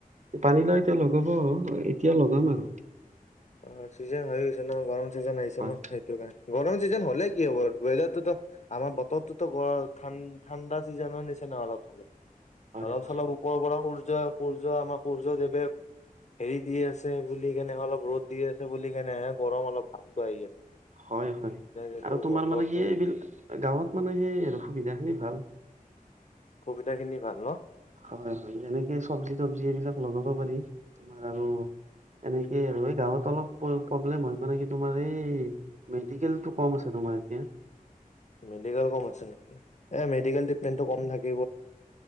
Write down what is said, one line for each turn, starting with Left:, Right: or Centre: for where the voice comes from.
Right: পানীলাও এতিয়া লগাব এতিয়া লগাম আৰু।
Left: অ'চিজন হৈ আছে। জন, গৰম চিজন আহিছে
Right: হয়
Left: ন সেইটোৰ কাৰণে। গৰম চিজন হ'লেই কি হব, ৱেডাৰতো আমাৰ বতৰতটোতো ঠাণ্ডা চিজনৰ নিচিনাহ অলপ-চলপ।
Right: হয়
Left: অলপ-চলপ
Right: হয়
Left: ওপৰ পৰা সূৰ্য, সূৰ্য আমাৰ সূৰ্য দেৱে হেৰি দি আছে বুলি কেনে অলপ ৰ'দ দি আছে বুলি কাৰণে হে গৰম অলপ ভাৱটো আহি আছে।
Right: হয়, হয়।
Left: এ যোনটো
Right: আৰু তোমাৰ
Left: বতৰটো
Right: মানে কি, এইবিলাক গাঁৱত মানে সেই সুবিধা খিনি ভাল।
Left: সুবিধা খিনি ভাল ন
Right: হয়, হয়। যেনেকে, চব্জি-তবজি এইবিলাক লগাও ক'ব পাৰি। তোমাৰ আৰু এনেকেই আৰু এই গাঁৱত অলপ প্ৰব্লেম হয়, মানে কি, তোমাৰ এই মেডিকেলটো কম আছে, তোমাৰ এতিয়া
Left: মেডিকেল কম আছে নিকি এই মেডিকেল টিতমেন্ট কম থাকে